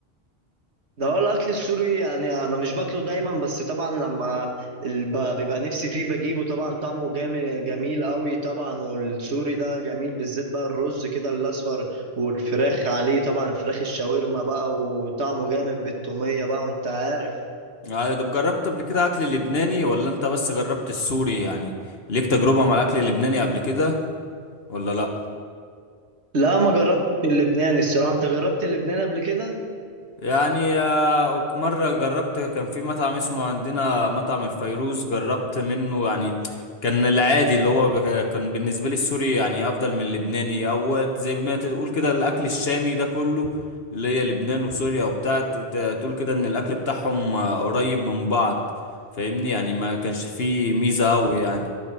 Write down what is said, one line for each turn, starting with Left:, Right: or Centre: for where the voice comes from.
Right: ده هو الاكل السوري يعني انا مش باكله دايما بس طبعا لما ال- ب- بيبقى نفسي فيه بجيبه طبعا طعمه جامد جميل قوي طبعا والسوري ده جميل بالذات بقى الرز كده الاصفر والفراخ عليه طبعا الفراخ الشاورما بقى وطعمه جامد بالتومية بقى وانت عارف
Left: يعني طب جربت قبل كده اكل لبناني ولا انت بس جربت السوري يعني ليك تجربة مع الاكل اللبناني قبل كده ولا لا
Right: لا ما جربت اللبناني الصراحة انت جربت اللبناني قبل كده
Left: يعني آه، مرة جربت كان في مطعم اسمه عندنا مطعم الفيروز جربت منه يعني كان العادي اللي هو بك- كان بالنسبة لي السوري يعني أفضل من اللبناني أو زي ما تقول كده الأكل الشامي ده كله اللي هي لبنان وسوريا وبتاع ت- ت- تقول كده إن الأكل بتاعهم آه، قريب من بعض فاهمني يعني ما كانش فيه ميزة أوي يعني